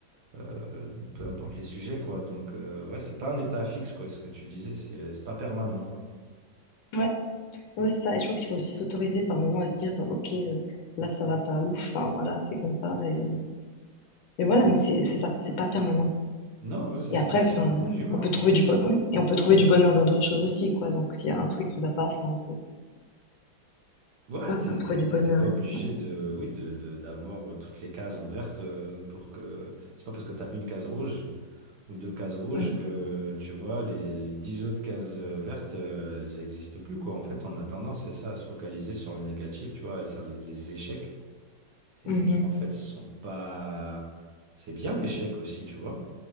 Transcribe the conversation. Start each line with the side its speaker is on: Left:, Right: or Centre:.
Right: euh, euh, peu importe les sujets, quoi. Donc, euh, ouais, c'est pas un état fixe, quoi, ce que tu disais, c'est c'est pas permanent, quoi.
Left: ouais. Ouais, c'est ça. Et je pense qu'il faut aussi s'autoriser par moment à se dire, euh, OK, euh, là, ça va pas ouf. Enfin, voilà, c'est comme ça. Et, euh, et voilà, mais c'est c'est ça, c'est pas permanent.
Right: Non, ouais, c'est
Left: Et
Right: ça,
Left: après,
Right: on
Left: enfin,
Right: est, hu-
Left: ouais,
Right: on est humain.
Left: on peut trouver
Right: hein, donc,
Left: du bon...
Right: euh,
Left: ouais. Et on peut trouver du bonheur dans d'autres choses aussi, quoi. Donc, s'il y a un truc qui va pas, enfin, on peut...
Right: ouais,
Left: ouais,
Right: t'es
Left: on peut retrouver
Right: t'es-
Left: du
Right: t'es-
Left: bonheur.
Right: t'es pas obligé
Left: Ouais,
Right: de, oui, de, de- d'avoir euh, toutes les cases en verte euh, pour que. C'est pas parce que t'as une case rouge ou deux cases rouges
Left: Mm.
Right: que, tu vois, les, les dix autres cases euh, vertes, euh, elles existent plus, quoi. En fait, on a tendance, c'est ça, à se focaliser sur le négatif, tu vois, sur les, les échecs. et
Left: Mhm.
Right: qui en fait sont pas... C'est bien l'échec aussi, tu vois.